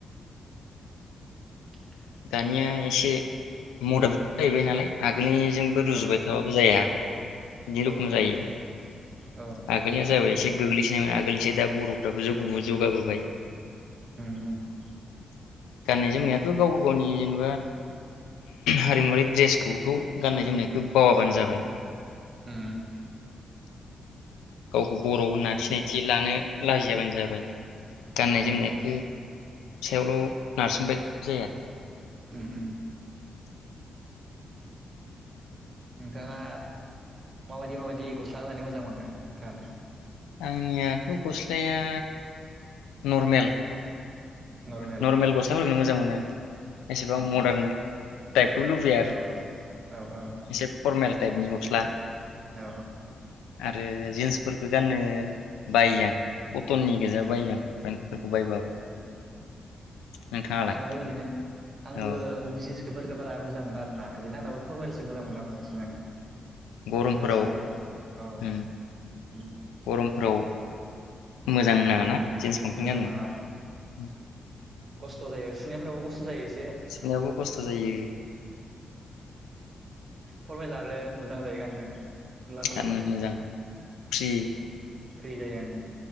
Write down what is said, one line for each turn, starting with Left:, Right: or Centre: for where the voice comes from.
Right: <inaudible>
Left: दानिया एसे मर्दान जुग जाहैबाय नालाय आगो आगोलनिजोंबो रुजुबाय
Right: औ
Left: थाबाबो जाया बिदि
Right: औ
Left: रखम जायो
Right: औ
Left: आगोलनिया जाबाय एसे गोग्लैसोनायमोन आगोलनिसाय दा बर'खौ <unintelligible> जौगाबोबाय।
Right: नंगौ
Left: गाननाय जोमनायाथ' गाव गाव गनि जेनेबा हारिमुवारि ड्रेसफोरखौ गाननाय जोमनायखौ बावाबानो जाबाय।
Right: उम।
Left: गावखौ बर' होनना सिनायथि लानो लाजियाबानो जाबाय। गाननाय
Right: औ नंगौ
Left: जोमनायखौ फिसायावल' नारसोमबाय था जाया।
Right: उम उम। नोंथाङा माबायदि माबायदि गस्ला गाननानै मोजां मोनो नोंथाङालाय?
Left: आंनियाथ' गस्लाया नरमेल।
Right: नरमेल
Left: नर्मेल गस्लाफोरखौनो मोजां मोनो। <inaudible> एसेबां
Right: औ
Left: मदार्न टाइपबो लुबैया आरो
Right: औ औ
Left: एसे फर्मेल। टाइपनि गस्ला।
Right: औ
Left: आरो जिन्सफोर बेखौ गाननो बायो आं। कटननि गोजा बायो आं पेनटफोरखौ बायबाबो। नोंथाङालाय
Right: आंनाबो बिदिनो आंबो
Left: औ
Right: जिस बेफोरफोरखौ बारा मोजां मोनो आरोना। बिदिनो आंनाबो फरमेलसो मोजां मोनो आंबो बांसिननानो आङो
Left: गरमफोराव
Right: फरमेल सार्ट औ
Left: उम
Right: उम।
Left: गरमफोराव मोजां नाङाना जिन्स लमपेन्ट
Right: मोजां
Left: गाननो।
Right: नाङा खस्थ' जायो सुनायफोराबो खस्थ' जायो एसे
Left: सुनायावबो खस्थ' जायो।
Right: फरमेला आरो मोजां जायो गाननो। खुला खुला
Left: गाननो
Right: मोनो।
Left: मोजां फ्रि
Right: फ्रि जायो उम।